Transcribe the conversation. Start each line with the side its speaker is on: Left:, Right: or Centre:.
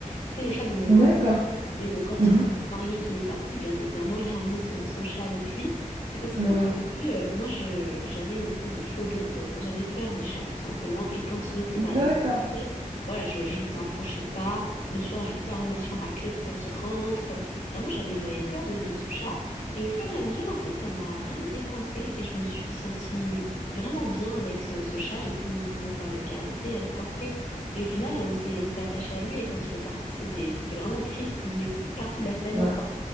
Left: C'est le chat de mon
Right: D'accord.
Left: grand frère. Mais bon, quand
Right: Mhm.
Left: il s'est marié, qu'il est parti, bien évidemment, il a emmené son, son chat avec lui. Il faut savoir
Right: Oui,
Left: qu'au début, euh, moi, je, j'avais une espèce de phobie, en fait. J'avais peur des chats, tout simplement. Et quand il était, par exemple,
Right: d'accord.
Left: dans une pièce, voilà, je ne m'approchais pas. Le soir, je fermais ma chambre à clé pour pas qu'il rentre. Vraiment, j'avais, j'avais peur de, de ce chat. Et au fur et à mesure, en fait, ça m'a vraiment décoincée et je me suis sentie vraiment bien avec ce, ce chat. J'ai pu commencer à le caresser, à le porter. Et au final, on s'est, on s'est attaché à lui. Et quand il est parti, c'était, c'était vraiment triste. Il faisait partie de la famille,
Right: Ouais,
Left: quoi.